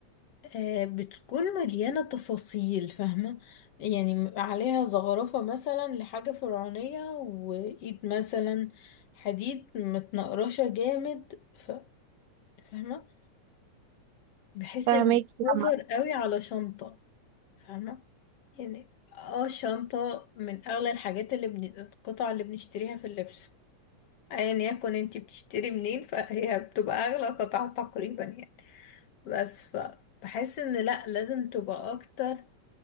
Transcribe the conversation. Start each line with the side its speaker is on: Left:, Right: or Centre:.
Left: آه بتكون مليانه تفاصيل فاهمه يعني عليها زخرفه مثلا لحاجه فرعونيه وايد مثلا حديد متنقرشه جامد ف... فاهمه بحيث
Right: فاهمك
Left: ان
Right: يا
Left: اوفر
Right: عمر
Left: قوي على شنطه فاهمه يعني اه الشنطه من اغلى الحاجات اللي بن... القطع اللي بنشتريها في اللبس ايا يكن انت بتشتري منين فهي بتبقى اغلى قطعة تقريبا يعني بس فبحس ان لا لازم تبقى اكتر